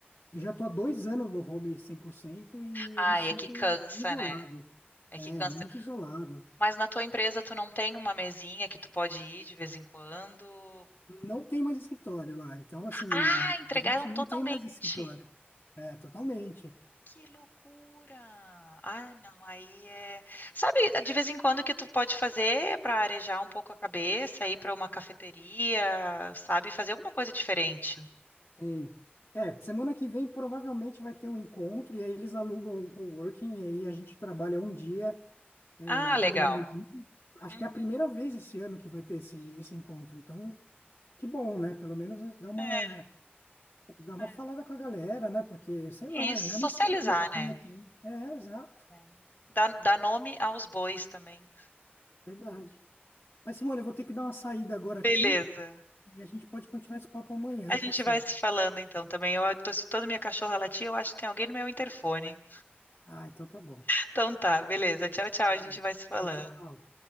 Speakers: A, on the left; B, on the left.
A: eu já estou há dois anos no home 100% e
B: Ai,
A: eu me sinto
B: é que cansa,
A: isolado.
B: né? É
A: É,
B: que cansa.
A: muito isolado.
B: Mas na tua empresa tu não tem uma mesinha que tu pode ir de vez em quando?
A: Não tem mais escritório lá. Então, assim,
B: Ah, entregaram
A: a gente não
B: totalmente.
A: tem mais escritório. É, totalmente.
B: Que loucura! Ah, não, aí é. Sabe, de vez em quando o que tu pode fazer para arejar um pouco a cabeça, ir para uma cafeteria, sabe, fazer alguma coisa diferente.
A: Sim. É, semana que vem provavelmente vai ter um encontro e aí eles alugam um coworking e aí a gente trabalha um dia
B: Ah,
A: ter
B: legal.
A: todo mundo junto. Acho
B: Uhum.
A: que é a primeira vez esse ano que vai ter esse, esse encontro. Então, que bom, né? Pelo menos dá uma,
B: É,
A: dá uma
B: é.
A: falada com a galera, né? Porque, sei lá,
B: E
A: eu
B: socializar,
A: já nem sei direito quem
B: né?
A: é quem. É, exato.
B: É. Dá, dá nome aos bois também.
A: Verdade. Mas, Simone, eu vou ter que dar uma saída agora aqui
B: Beleza.
A: e a gente pode continuar esse papo amanhã.
B: A
A: O
B: gente
A: que que você
B: vai
A: acha?
B: se falando então também. Eu tô escutando minha cachorra latir, eu acho que tem alguém no meu interfone.
A: Ah, então tá bom.
B: Então tá, beleza. Tchau, tchau.
A: Tá
B: A
A: bom.
B: gente vai se falando.
A: Tchau, tchau.